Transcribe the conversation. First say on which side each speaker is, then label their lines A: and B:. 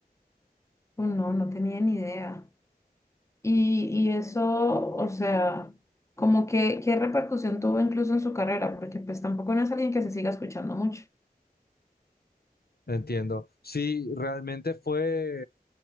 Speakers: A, on the left (about 20°); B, on the left (about 80°).
A: Uh, No, no tenía ni idea. Y, y eso, o sea, como que, ¿qué repercusión tuvo incluso en su carrera? Porque pues tampoco no es alguien que se siga escuchando mucho.
B: Entiendo. Sí, realmente fue.